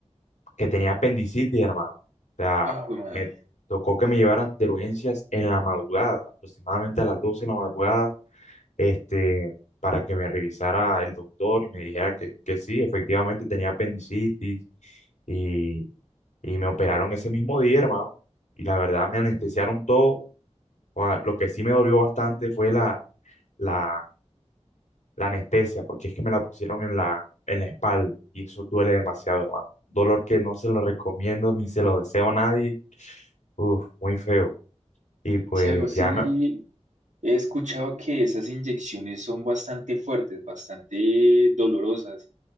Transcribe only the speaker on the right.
Ah, güey madre.
Si algo sí
he escuchado que esas inyecciones son bastante fuertes, bastante dolorosas,